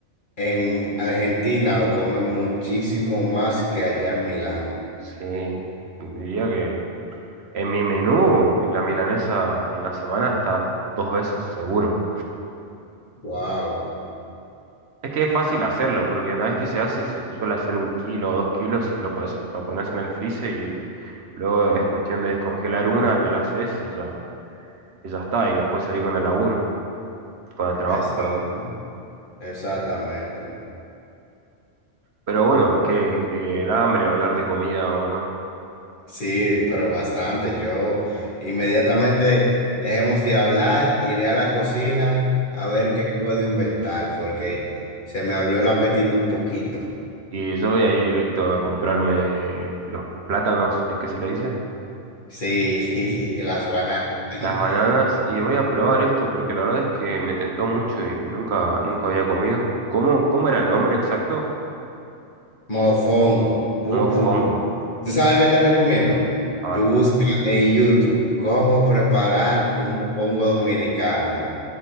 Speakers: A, on the left; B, on the right.
A: en Argentina lo comen muchísimo más que allá en Milán.
B: Sí, diría que en mi menú la milanesa en la semana está dos veces seguro.
A: Wow,
B: Es que es fácil hacerlo, porque una vez que se hace se suele hacer un kilo o dos kilos y lo, podés- lo pones en el freezer y luego es cuestión de descongelar una, te la haces y ya, y ya está, y después seguir con el laburo, con el trabajo,
A: exacto,
B: perdón.
A: exactamente.
B: Pero bueno, que, que da hambre hablar de comida o no.
A: Sí, pero bastante. Yo inmediatamente dejemos de hablar, iré a la cocina a ver qué puedo inventar, porque se me abrió el apetito un poquito.
B: Y yo voy a ir directo a comprarme los plátanos, ¿es que se le dice?
A: Sí, <laughs> las bananas. <laughs>
B: Las bananas y voy a probar esto porque la verdad es que me tentó mucho y, y nunca, nunca había comido. ¿Cómo, cómo era el nombre exacto?
A: Mofongo. Bu-
B: Mofongo.
A: bu- ¿Tú sabes qué te recomiendo?
B: Ahora,
A: Tú busca en YouTube cómo preparar un mofongo dominicano